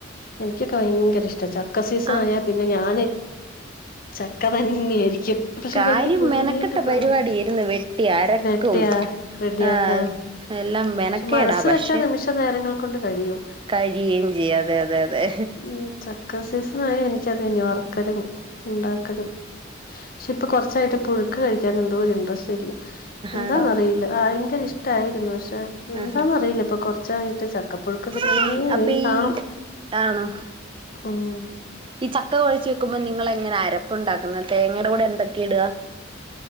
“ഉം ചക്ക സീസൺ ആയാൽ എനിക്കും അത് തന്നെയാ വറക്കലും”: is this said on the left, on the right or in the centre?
Left